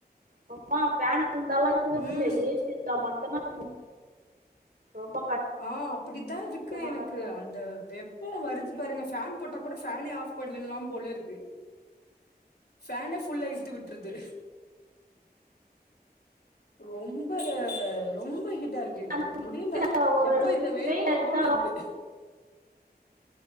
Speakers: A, on the right (about 60°); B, on the left (about 75°).
A: சும்மா ஃபேன இருந்தாலா இருக்கவே
B: ம்
A: முடியாது ஏசி இருந்தா மட்டும்தா இருக்க முடியு ரொம்ப
B: ஆ, அப்படித்தா இருக்கு
A: கஷ்டமாதா
B: எனக்கு
A: இருக்கு
B: அந்த வெப்போ வரு து பாருங்க ஃபேன் போட்டாக்கூட ஃபேனே ஆஃப் பண்ணிட்லா போல இருக்கு ஃபேனே ஃபுல்லா இழுத்து விட்ருது ரொம்ப ரொம்ப ஹீட்டா இருக்கு இப்போ
A: அந்த
B: முடியல
A: ஒரு
B: எப்போ இந்த வெயில்
A: பெயின்
B: போகுனு
A: அடிச்சா
B: இருக்கு